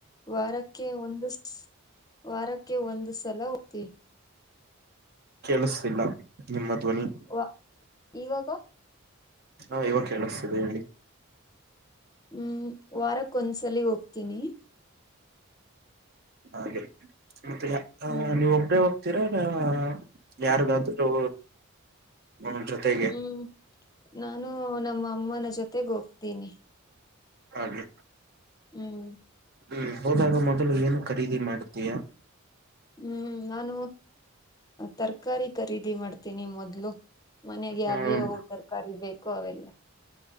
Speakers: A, on the left (about 15°); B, on the right (about 45°).
A: ವಾರಕ್ಕೆ ಒಂದು ವಾರಕ್ಕೆ ಒಂದು ಸಲ ಹೋಗ್ತೀವಿ
B: ಕೆೇಳಸತಿಲ್ಲ ನಿಮ್ಮ ದ್ವನಿ.
A: ವ ಇವಾಗ.
B: ಹಾ ಇವಾಗ ಕೇಳಿಸ್ತಿದೆ ಹೇಳಿ.
A: ಹ್ಮ್ ವಾರಕ್ಕ ಒಂದ್ಸಲಿ ಹೋಗ್ತೀನಿ.
B: ಹಾಗೆ. ಮತ್ತೆ <unintelligible>
A: ಹ್ಮ್
B: ನೀವ್ ಒಬ್ರೆ ಹೋಗ್ತೀರ ಏನ ಯಾರನಾದ್ರೂ ಹ ಜೊತೆ.
A: ಹ್ಮ್ ನಾನು ನಮ್ಮ ಅಮ್ಮನ ಜೊತೆಗೆ ಹೋಗ್ತೀನಿ.
B: ಹಾಗೆ.
A: ಹ್ಮ್.
B: ಹ್ಮ್ ಹೋದಾಗ ಮೊದಲು ಏನು ಖರೀದಿ ಮಾಡುತಿಯಾ.
A: ಹ್ಮ್ ನಾನು ತರಕಾರಿ ಖರೀದಿ ಮಾಡ್ತೀನಿ ಮೊದ್ಲು. ಮನೆಗೆ ಯ್ಯಾವು
B: ಹ್ಮ್
A: ಯ್ಯಾವು ತರಕಾರಿ ಬೇಕು ಅವೆಲ್ಲ.